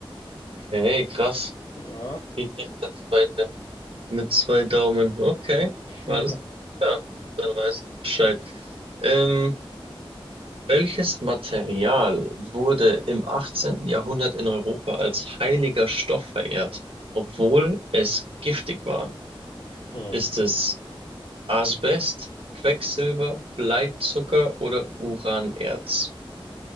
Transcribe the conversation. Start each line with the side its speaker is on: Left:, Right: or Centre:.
Right: Okay, krass.
Left: Ja.
Right: Geht echt zweite Mit zwei Daumen. Okay,
Left: <laughs>
Right: alles klar. Dann weiß ich Bescheid. Ähm, welches Material wurde im 18. Jahrhundert in Europa als heiliger Stoff verehrt, obwohl es giftig war?
Left: Hm.
Right: Ist es Asbest, Quecksilber, Bleizucker oder Uranerz?